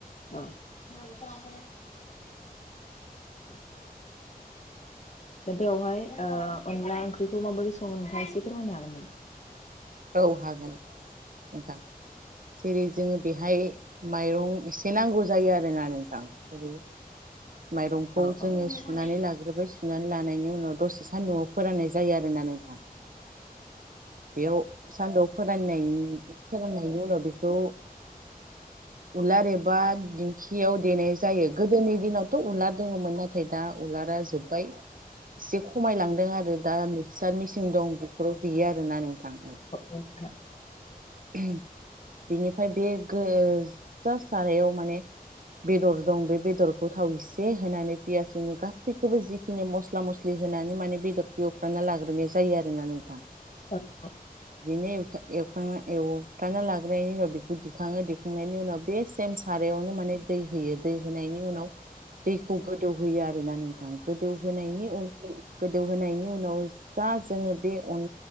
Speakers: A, on the left; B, on the right.
A: औ। <unintelligible> <unintelligible> दा बेवहाय ओ अनला ओंख्रिखौ माबोरै सङो नोंथाङा एसे फोरमायनो हागोन नामा।
B: औ हागोन नोंथां जेरै जोङो बेहाय माइरं एसे। नांगौ। जायो आरोना नोंथां जेरै माइरंखौ
A: हागोन
B: जोङो
A: नामा?
B: सुनानै
A: औ
B: लाग्रोबाय सुनानै लानायनि उनाव दसे। सान्दुआव फोराननाय जायो आ। नोंथां। बेयाव। सानदौ फोरान फोराननायनि उनाव बेखौ उलार एबा दिंखियाव देनाय जायो गोदोनि दिनावथ' उलार दङमोन नाथाय दा उलारा जोब्बाय एसे खमायलांदों आरो दा मिक्सार मेसिन दं बेफोराव। देयो आरो ना नोंथां।
A: <unintelligible>
B: बेनिफ्राय बे गो ओ जा सारायाव माने बेदर दं बे बेदरखौ थाव एसे होनानै पियास होनु गासैखौबो जिखिनि मस्ला मस्लि होनानै माने बेदरखौ एवफ्रना लाग्रोनाय जायो आरोना नोंथां
A: <unintelligible>
B: एव एव एवफ्राना लाग्रोनायनि उनाव बेखौ दैखाङो दिखांनायनि उनाव बे सेम सारायावनो माने दै होयो दै होनायनि उनाव दैखौ गोदौ होयो आरोना नोंथां गोदौहोनायनि उन गोदौ होनायनि उनाव जा जोङो बे अन